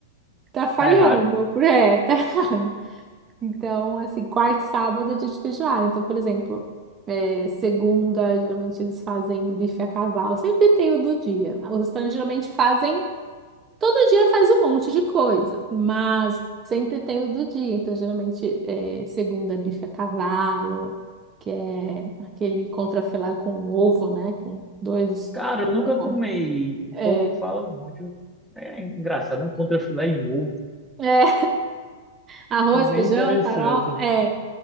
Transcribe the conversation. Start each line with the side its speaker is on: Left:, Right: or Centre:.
Right: tá falhando,
Centre: Tá errado.
Right: é, tá errado. Então, assim, quarta e sábado é dia de feijoada. Então, por exemplo, é, segunda, geralmente eles fazem bife a cavalo, sempre tem o do dia. Os restaurantes geralmente fazem, todo dia faz um monte de coisa, mas sempre tem o do dia. Então, geralmente, é, segunda é bife a cavalo, que é aquele contrafilé com ovo, né? Com dois
Centre: Cara, eu nunca
Right: ovos.
Centre: comi. O
Right: É,
Centre: povo fala muito. É engraçado, é um contrafilé em ovo.
Right: é, Arroz,
Centre: É bem
Right: feijão,
Centre: interessante.
Right: farofa. É,